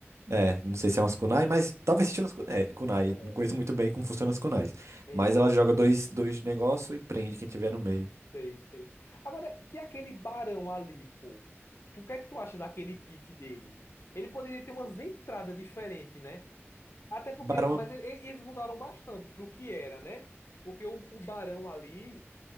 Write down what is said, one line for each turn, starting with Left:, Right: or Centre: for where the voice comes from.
Right: É, não sei se é umas kunai, mas talvez seja umas kunai. é, kunai.
Left: É,
Right: Não conheço muito bem como funcionam as kunais.
Left: é,
Right: Mas
Left: entendi.
Right: ela joga dois, dois negócios e prende quem tiver no meio.
Left: Sei, sei. Agora, que é aquele barão ali, pô? Tu, o que é que tu acha daquele pit dele? Ele poderia ter umas entradas diferentes, né? Até porque.
Right: Barão,
Left: Mas ele- ele- eles mudaram bastante pro que era, né? Porque o, o barão ali,